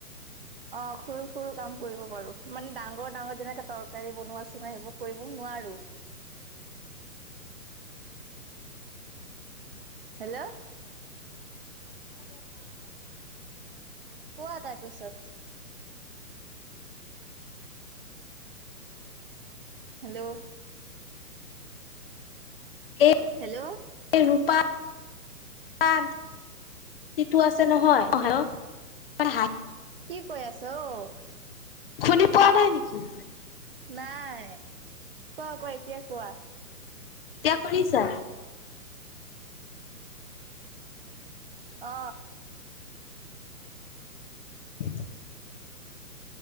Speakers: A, on the right; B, on the left.
A: অ সৰু সৰু কাম কৰিব পাৰো মানে ডাঙৰ ডাঙৰ যেনেকে তৰকাৰী বনোৱাচোন সেইবোৰ কৰিব নোৱাৰো, <inaudible> হেল্ল' <unintelligible> কোৱা তাৰ পিছত, হেল্ল'
B: এক
A: হেল্ল'।
B: ৰূপা সেইটো আছে নহয় আহি
A: কি কৈ আছ অঔ।
B: শুনি পোৱা নাই নেকি।
A: নাই কোৱা কোৱা এতিয়া কোৱা।
B: কিবা কৰিছা।
A: অ।
B: <unintelligible>